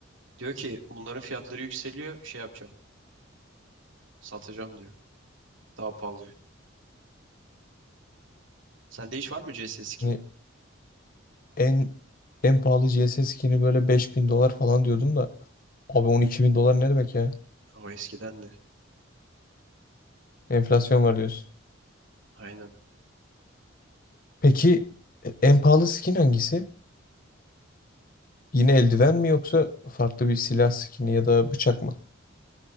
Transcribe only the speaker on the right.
Diyor ki bunların fiyatları yükseliyor. Şey yapacağım. Satacağım diyor. Daha pahalıya. Sende hiç var mı CS skin'i?
O eskiden de.
Aynen.